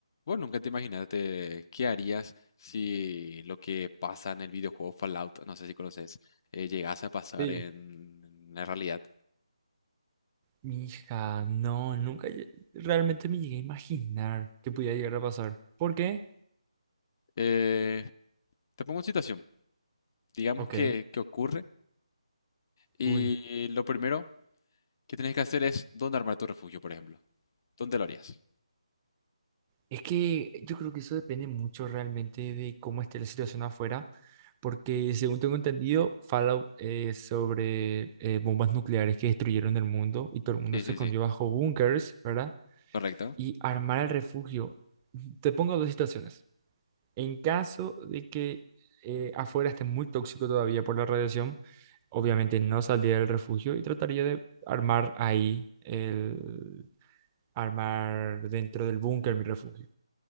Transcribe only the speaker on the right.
Sí.
Hija, no, nunca lle- realmente me llegué a imaginar que pudiera llegar a pasar. ¿Por qué?
Ok,
uy.
Es que yo creo que eso depende mucho realmente de cómo esté la situación afuera, porque según tengo entendido, Fallout es sobre eh, bombas nucleares que destruyeron el mundo y todo el mundo
se
escondió
bajo búnkers, ¿verdad?
Y armar el refugio. Te pongo dos situaciones. En caso de que eh, afuera esté muy tóxico todavía por la radiación, obviamente no saldría del refugio y trataría de armar ahí, el, armar dentro del búnker mi refugio.